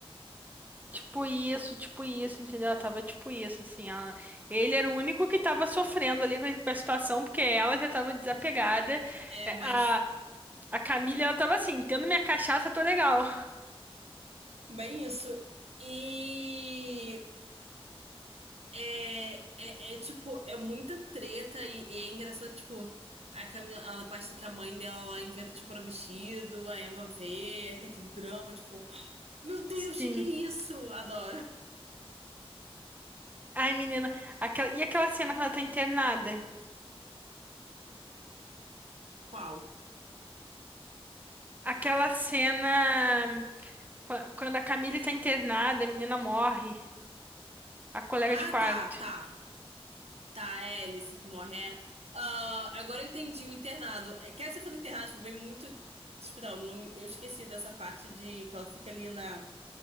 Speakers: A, on the right; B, on the right.
A: Tipo isso, tipo isso, entendeu? Ela tava tipo isso, assim, ela... ele era o único que tava sofrendo ali com a com a situação, porque ela já tava desapegada.
B: É,
A: É,
B: mas.
A: A, a Camila, ela tava assim, tendo minha cachaça, tô legal.
B: Bem, isso. E. É, é, é, tipo, é muita treta e, e é engraçado, tipo, a Camila, a parte do que a mãe dela lá inventa, tipo, para vestido, a Emma vê, aí tem aquele drama, tipo, <gasps> meu Deus,
A: Sim.
B: que que é isso? Adoro.
A: Ai, menina, aquela... e aquela cena quando ela tá internada?
B: Qual?
A: Aquela cena qua- quando a Camila tá internada, a menina morre, a colega
B: Ah,
A: de quarto.
B: tá, tá. Tá, é a Alice que morre. É. Ah, agora eu entendi o internado. É, Quer dizer, falando internado, tipo, vem muito hospital. Eu não me- eu esqueci dessa parte de que ela fica ali na,